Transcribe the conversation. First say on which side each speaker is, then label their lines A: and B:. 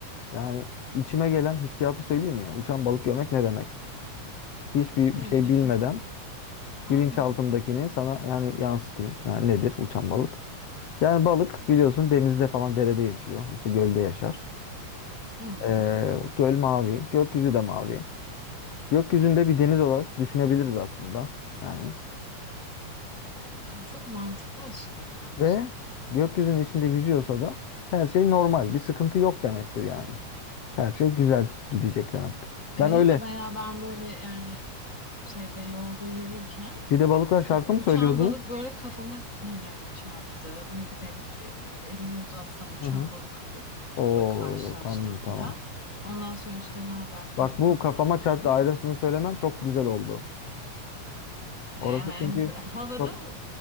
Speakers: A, on the left; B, on the left.
A: yani içime gelen hissiyatı söyleyeyim mi? ya? Uçan balık görmek ne demek? Hiçbir
B: evet,
A: bir şey bilmeden
B: anlat
A: bilinçaltımdakini
B: bakayım.
A: sana yani yansıtayım. Yani nedir uçan balık? Yani balık biliyorsun denizde falan derede yaşıyor. İşte gölde yaşar.
B: Hı,
A: Ee, göl mavi, gökyüzü de mavi. Gökyüzünde bir deniz olarak düşünebiliriz aslında. Yani
B: çok mantıklı açıkladın ama
A: ve
B: şimdi ya.
A: gökyüzünün içinde yüzüyorsa da her şey normal, bir sıkıntı yok demektir yani. Her şey güzel gidecek demektir.
B: E,
A: Ben
B: İyi
A: öyle.
B: de bayağı ben böyle yani işte şeyde yolda yürürken
A: Bir de balıklar şarkı
B: e, uçan
A: mı söylüyordu?
B: balık böyle kafama hani çarptı. Ne bileyim e, elimi uzatsam uçan
A: Hı hı.
B: balıkla
A: Oo,
B: karşılaştım
A: tamam tamam.
B: filan. Ondan sonra işte ne haber kanka
A: Bak bu
B: muhabbeti.
A: kafama çarptı ayrıntısını söylemen çok güzel oldu. Orası
B: E, Yani
A: çünkü
B: havada
A: çok...